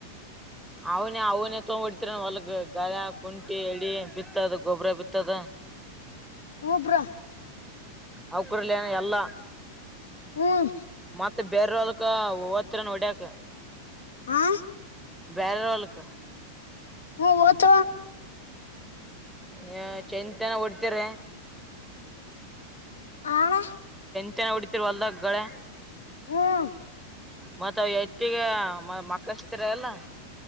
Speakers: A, in the centre; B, on the left.
A: ಅವನೇ ಅವನೇ ತೊಗ್ಬಿಡ್ತರಿ ಹೊಲ್ಗ ಗಳ ಕುಂಟಿ ಎಡಿ ಬಿತ್ತದ ಗೊಬ್ಬ್ರ ಬಿತ್ತದ
B: ಹಬ್ರೊ
A: ಅವ ಕೂಡಲಯನ ಎಲ್ಲಾ
B: ಹ್ಮ್
A: ಮತ್ತ ಬೇರ ಅವಲ್ಕ ಹವತ್ತ ನ ಹೊಡ್ಯಕ
B: ಆ
A: ಬೇರೆ ಅವಳಕ
B: ಹ ತ
A: ಹ ಚೈಂತನ ಹೊಡ್ತಿ್ರಿ
B: ಆಣ
A: ಹೊಡತಿರ್ರುವಲ್ಲ ಗಳೆ
B: ಹ್ಮ
A: ಮತ್ತ್ ಎತ್ತಿಗೆ ಮ ಮಕ್ಕಸ್ತಿರ ಎಲ್ಲ